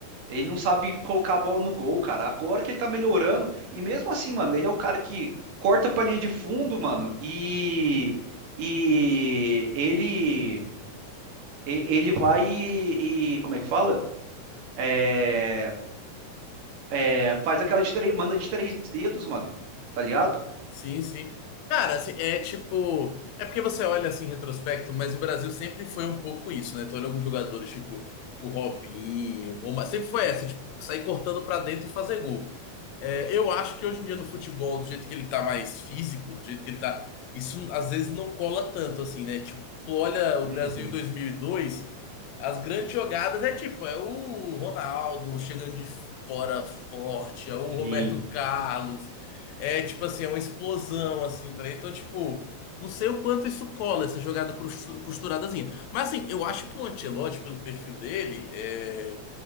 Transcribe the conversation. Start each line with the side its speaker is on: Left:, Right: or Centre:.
Right: Ele não sabe colocar a bola no gol, cara. Agora que ele tá melhorando. E mesmo assim, mano, ele é o cara que corta pra linha de fundo, mano. E. E. Ele. e- Ele vai e. e- Como é que fala? É, é, faz aquela de três. Manda de três dedos, mano. Tá ligado?
Left: Sim, sim. Cara, assim, é tipo. É porque você olha assim em retrospecto, mas o Brasil sempre foi um pouco isso, né? Tu olha alguns jogadores, tipo o Robinho, o Roma, sempre foi essa, tipo, sair cortando pra dentro e fazer gol. É, eu acho que hoje em dia no futebol, do jeito que ele tá mais físico, do jeito que ele tá. Isso às vezes não cola tanto, assim, né? Tipo, tu olha o
Right: Uhum,
Left: Brasil em 2002, as grandes jogadas é tipo, é o Ronaldo chegando de fora forte, é o Roberto
Right: sim.
Left: Carlos. É tipo assim, é uma explosão, assim, tá? ligado? Então, tipo, não sei o quanto isso cola, essa jogada crustu- costuradazinha. Mas assim, eu acho que o Ancelotti, pelo perfil dele, é,